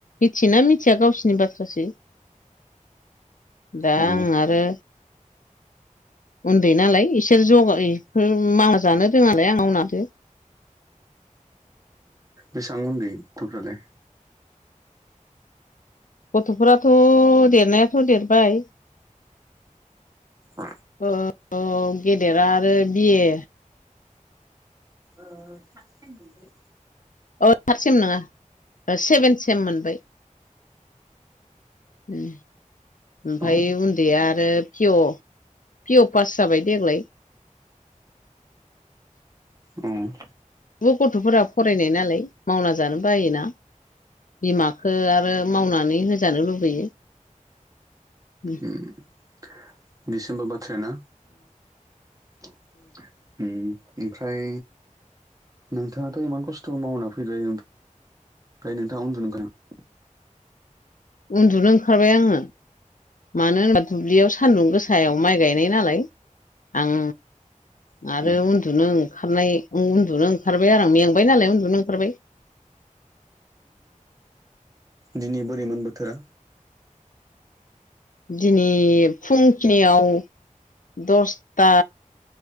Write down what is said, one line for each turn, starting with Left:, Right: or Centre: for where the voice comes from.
Left: मिथियोना मिथिया गावसिनि बाथ्रासै दा
Right: औ
Left: आं आरो उन्दै नालाय इसोर जगाय <inaudible> मावना जानो रोङालाय आं मावना होदो।
Right: बेसां उन्दै गथ'फ्रालाय?
Left: गथ'फोराथ' देरनायाथ' देरबाय।
Right: औ
Left: औ गेदेरा आरो बि ए।
Right: ओ थाद सेम मोनबाय।
Left: औ थार्द सेम नङा सेभेन सेम मोनबाय। ओमफायो
Right: औ उम
Left: उन्दैया आरो पि अ । पि अ पास जाबाय देग्लाय।
Right: अह।
Left: थेवबो गथ'फोरा फरायनाय नालाय मावना जानो बायोना। बिमाखो आरो मावनानै होजानो लुबैयो। उम
Right: दिडिसेम्बर बा ट्रेना? उम ओमफ्राय नोंथाङाथ' इमान खस्थ' मावना फैबाय ओम ओमफ्राय नोंथाङा उन्दनो ओंखारबायमोन?
Left: उन्दुनो ओंखारबाय आङो। मानो होनबा दुब्लियाव सान्दुं गोसायाव माइ गायनाय नालाय, आं
Right: नामा?
Left: आरो उन्दुनो ओंखारनाय उन्दुनो ओंखारबाय आरों मेंबाय नालाय उन्दुनो ओंखारबाय।
Right: दिनै बोरैमोन बोथोरा?
Left: दिनै फुंखिनियाव दसथा